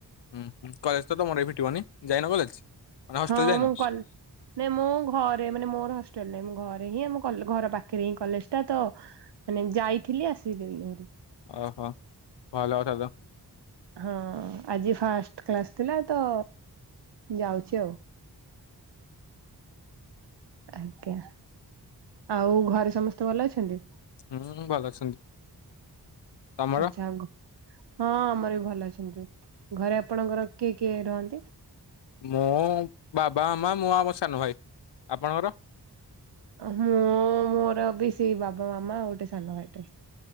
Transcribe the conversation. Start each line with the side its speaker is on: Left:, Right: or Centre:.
Left: ହୁଁ ହୁଁ କଲେଜ ତମର ବି ଫିଟିବନି ଯାଇନ କଲେଜ? ମାନେ ହଷ୍ଟେଲ
Right: ହଁ
Left: ଯାଇନ
Right: ମୁଁ କଲ ମୁଁ ଘରେ ମାନେ ମୋର ହସ୍ ଟେଲ ନାହିଁ ଘରେ ହିଁ ଆମ ଘର ପାଖରେ ହିଁ କଲେଜ ଟା ତ ମାନେ ଯାଇଥିଲି ଆସିଲିଣି ହେରି।
Left: ଓହୋ। ଭଲ କଥା ତ
Right: ହଁ ଆଜି ଫାଷ୍ଟ କ୍ଲାସ ଥିଲା ତ ଯାଉଛି ଆଉ। ଆଜ୍ଞା ଆଉ ଘରେ ସମସ୍ତେ ଭଲ ଅଛନ୍ତି?
Left: ହୁଁ ଭଲ ଅଛନ୍ତି। ତମର?
Right: ଆଚ୍ଛା ହଁ ଆମର ବି ଭଲ ଅଛନ୍ତି ଘରେ ଆପଣଙ୍କର କିଏ କିଏ ରୁହନ୍ତି?
Left: ମୁଁ ବାବା ମାମ ମୁଁ ଆମ ସାନ ଭାଇ। ଆପଣଙ୍କର?
Right: ମୁଁ ମୋର ବି ସେଇ ବାବା ମାମା ଗୋଟେ ସାନ ଭାଇଟେ।